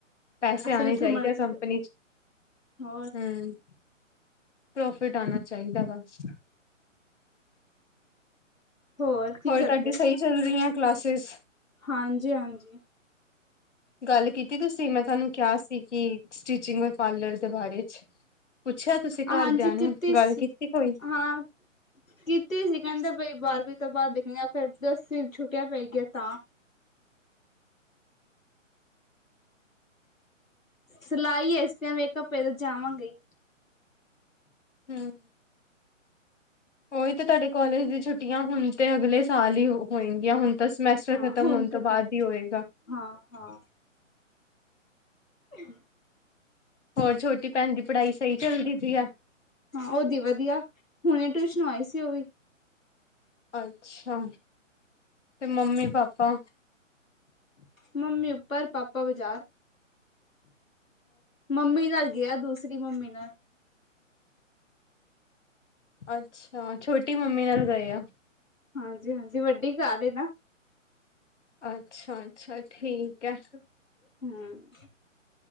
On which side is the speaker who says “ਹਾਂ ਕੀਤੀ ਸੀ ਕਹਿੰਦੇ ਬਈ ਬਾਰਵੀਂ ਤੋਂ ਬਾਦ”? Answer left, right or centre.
Left